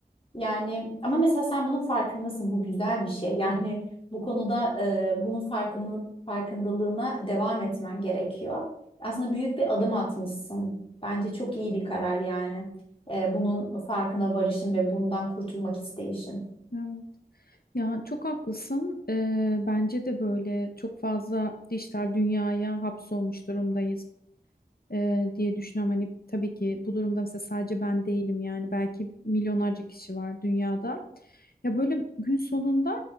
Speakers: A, on the left (about 35°); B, on the left (about 70°).
A: Yani ama mesela sen bunun farkındasın. Bu güzel bir şey. <laughs> Yani bu konuda e, bunun farkını, farkındalığına devam etmen gerekiyor. Aslında büyük bir adım atmışsın. Bence çok iyi bir karar yani. E, bunun farkına varışın ve bundan kurtulmak isteyişin.
B: Evet. Ya çok haklısın. Ee, bence de böyle çok fazla dijital dünyaya hapsolmuş durumdayız e, diye düşünüyorum. Hani tabii ki bu durumda mesela sadece ben değilim yani belki milyonlarca kişi var dünyada. Ya böyle gün sonunda